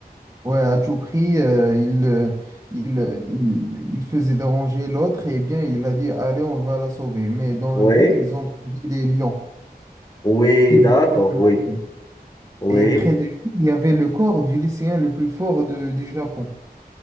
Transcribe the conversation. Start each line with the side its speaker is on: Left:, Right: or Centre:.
Right: Ouais, à tout prix, euh, il, euh, il, euh, il, il faisait déranger l'autre et eh bien, il a dit, allez, on va la sauver. Mais dans
Left: Oui,
Right: la route, ils ont trouvé des lions
Left: oui,
Right: qui voulaient
Left: d'accord,
Right: le manger.
Left: oui, oui.
Right: Et près d'elle, il y avait le corps du lycéen le plus fort de- du Japon.